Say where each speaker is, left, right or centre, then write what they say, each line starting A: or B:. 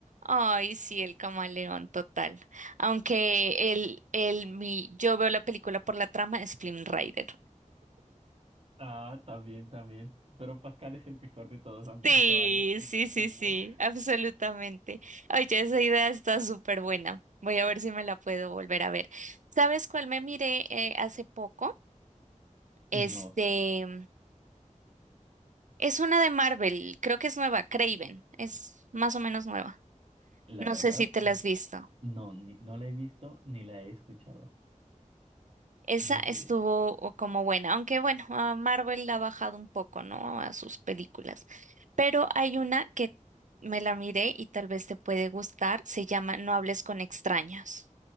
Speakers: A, on the right; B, on the right.
A: Ay, sí, el camaleón total. Aunque el, el, mi, yo veo la película por la trama, es Flynn Rider.
B: Ah, también, también. Pero Pascal es el mejor de todos, aunque
A: Sí,
B: ese caballo es
A: sí,
B: víctima.
A: sí, sí,
B: <laughs>
A: absolutamente. Oye, esa idea está súper buena. Voy a ver si me la puedo volver a ver. ¿Sabes cuál me miré eh, hace poco? Este,
B: No,
A: es una de Marvel, creo que es nueva, Craven, es más o menos nueva.
B: la
A: No
B: verdad,
A: sé si te la has visto.
B: no, ni- no la he visto ni la he escuchado.
A: Esa
B: No
A: estuvo
B: sé.
A: o- como buena, aunque bueno, a Marvel la ha bajado un poco, ¿no? A sus películas. Pero hay una que me la miré y tal vez te puede gustar, se llama No hables con extraños.